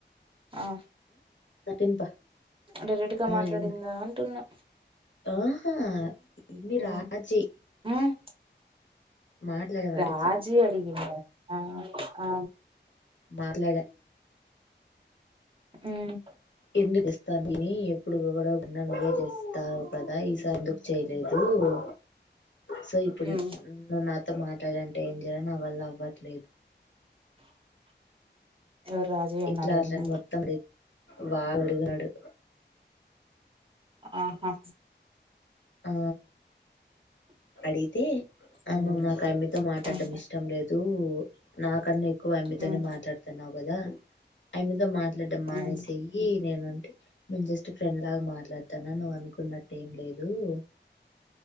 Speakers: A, on the right; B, on the left.
A: ఆ
B: తినుపా
A: డైరెక్ట్ గా
B: ఆ
A: మాట్లాడిందా
B: ఎందు
A: అంటున్నా.
B: ఆహా! ఇ న్ని
A: ఉమ్
B: రాజీ
A: ఉమ్
B: మాట్లాడే వాడితో
A: రాజీ అడిగిండా? ఆ ఆ
B: మాట్లాడ
A: ఉమ్
B: ఎందుకిస్తాంటివి ఎప్ ఎప్పుడు గొడవ పడినా నువ్వే చేస్తావ్ కదా? ఈసారి ఎందుకు చేయలేదు. ఉహు. సో ఇప్పుడు
A: ఉమ్
B: న్ న్ నువ్ నాతో మాట్లాడం ఏం జేయాలె నా వల్లవ్వట్లేదు
A: ఎవరు రాజీ అన్నారేమో
B: ఇట్లా అట్లని మొత్తం రేప్ వారడుగునడు
A: ఆహా
B: ఆ అడిగితే
A: ఉమ్
B: అయిన నాకు ఆయమ్మేతో మాట్లాడడం
A: ఉమ్
B: ఇష్టం లేదు నాకన్ని క్కువ ఆమ్మేతోనే
A: ఉమ్
B: మాట్లాడుతున్నావు కదా ఆమ్మేతో మాట్లాడం మానేసేయ్యి
A: ఉమ్
B: నేను నీకు మేము జస్ట్ ఫ్రెండ్ లాగా మాట్లా తన్నా నువ్ అనుకున్నట్టు ఏం లేదు దు